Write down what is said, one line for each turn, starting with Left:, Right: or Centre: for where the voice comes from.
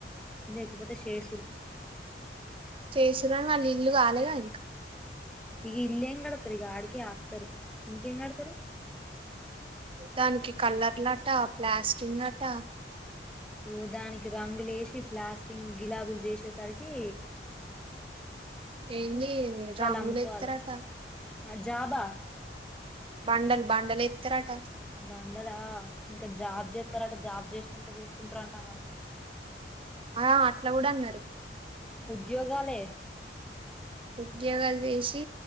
Centre: లేకపోతే చేేసురు
Right: చేసన్నాని వాళ్ళీ ఇల్లు కాలేగా అనక
Centre: ఇగ ఇల్ ఎంగ్ ఆడతారు ఇగ అడిక ఆప్తారు ఇంకెంగా ఆడతారు
Right: దానికి కలర్ లాట ప్లాస్టిక్ లట
Centre: ఓదానికినికి అంగులేష్ ప్లాస్టింగ్ గిలాబులు చేసి వచ్చేసరికి
Right: ఏంది రాంగులు
Centre: అమ్ముకోవాలె
Right: ఇస్తారట
Centre: ఆ జాబా
Right: బాండల్ బాండల ఇతట
Centre: బండదా ఇంకా జాబ్ చేస్తారట జాబ్ చేసినాక చేసుకుంటార అంటా అ అనుకున్నాాం
Right: ఆ అట్లా కూడా అన్నారు
Centre: జోగాాల
Right: ఉద్యోగాలు చేసి